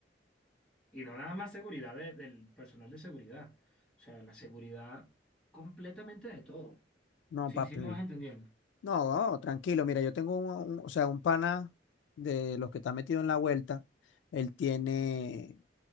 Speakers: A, in the centre; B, on the left.
A: y no nada más seguridad de- del personal de seguridad. O sea, la seguridad completamente de todo.
B: No,
A: Sí,
B: papi,
A: sí me vas entendiendo.
B: No, no, tranquilo. Mira, yo tengo un, un- o sea, un pana de los que está metido en la vuelta. Él tiene